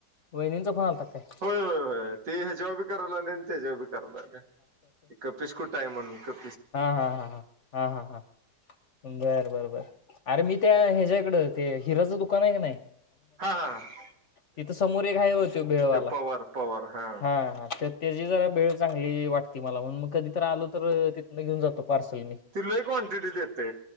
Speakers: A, on the left; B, on the right.
A: वहिणींचा फोन आंलतां की कायं
B: यं होयं होयं ते ह्यांच्याेवर बी करांयला आले आणि त्यांच्यावर बी करांयला आले पिसकूंट टायं म्हंण बी
A: हां हां हां हां हां हां हां बरं बरं बरं अरे मी त्यां ह्यांच्या इकडं ते हिराचं दुकानं आहे की नाहीं
B: हां हां
A: तिथं समोर एक आहे होतं भेळवांला
B: पवार पवार हा
A: हां हां ते त्यांची जरां भेळ चांगली वाटते मलां म्हणूंन मंग कधींतरी आलो तरं तिथनं घेऊंन जातो पार्सल मी
B: तिलाही क्वांटिटी देते